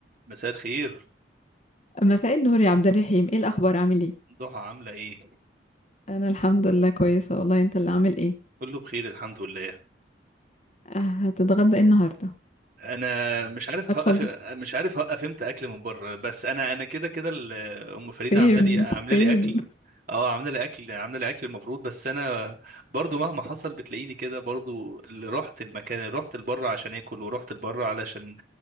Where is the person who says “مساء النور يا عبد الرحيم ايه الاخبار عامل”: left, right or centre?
Left